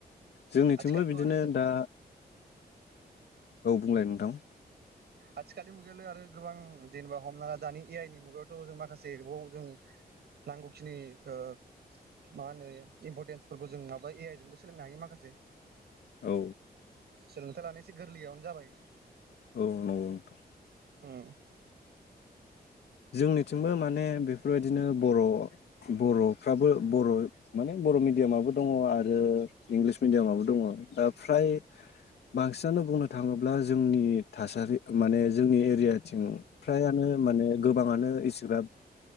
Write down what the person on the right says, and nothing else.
आथिखालथ'
आरो
आथिखालनि मुगायावलाय आरो गोबां जेनेबा हमना दानि ए आइ नि मुगायावथ जों माखासे बाव जों नांगौखिनि ओ मा होनो इम्परटेन्सफोरखौ जों माबा ए आइ जोंबो सोलोंनो हायो माखासे
सोलोंथाइ लानो एसे गोरलैयावनो जाबाय।
ओम।